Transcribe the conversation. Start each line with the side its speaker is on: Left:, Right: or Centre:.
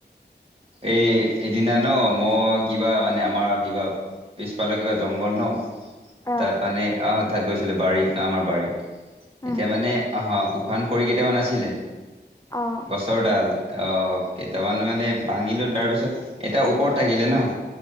Right: এই এদিনা ন' মই কিবা মানে আমাৰ কিবা পিছ ফালে কিবা জংঘল ন'।
Left: অ
Right: তাত মানে আহ তাত গৈছিলো বাৰীত ন' আমাৰ বাৰীত,
Left: উম
Right: এতিয়া মানে আহ শুকান খৰি কেইটামান আছিলে।
Left: অ',
Right: অতৰ দাল অ' কেইটামান মানে ভাঙিলোঁ তাৰপিছত এটা ওপৰত থাকিলে ন'